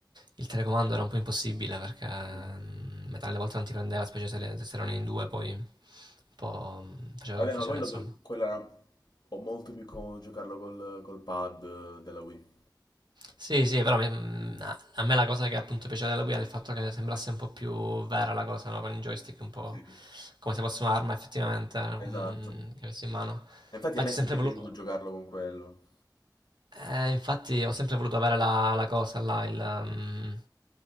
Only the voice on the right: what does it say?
il telecomando era un po' impossibile perché mm,
metà delle volte non ti prendeva, specie se, se erano in due, poi un po' mm, faceva
confusione,
insomma.
Sì, sì, però me- mh, a a me la cosa che appunto piaceva della Wii era il fatto che sembrasse un po' più vera la cosa, no? Con il joystick un po'
come se fosse un'arma effettivamente, mm,
che avessi in mano.
Infatti
ho
sempre volu-
eh, infatti ho sempre voluto avere la, la cosa là, il, ehm,